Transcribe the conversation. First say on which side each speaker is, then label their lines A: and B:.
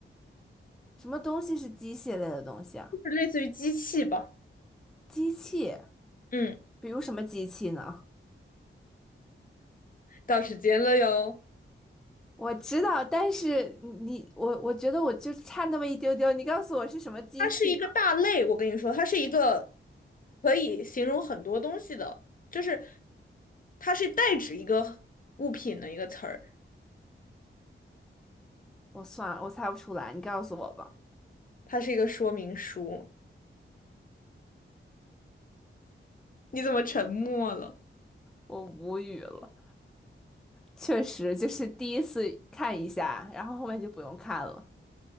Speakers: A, in the centre; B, on the left (about 40°).
A: 什么东西是机械类的东西啊？
B: 就是类似于机器吧。
A: 机器，
B: 嗯，
A: 比如什么机器呢？
B: 到时间了哟。
A: 我知道，但是你我我觉得我就差那么一丢丢，你告诉我是什么机器吧。
B: 它是一个大类，我跟你说，它是一个可以形容很多东西的，就是它是代指一个物品的一个词儿，
A: 我算了，我猜不出来，你告诉我吧。
B: 它是一个说明书。你怎么沉默了？
A: 我无语了，确实就是第一次看一下，然后后面就不用看了。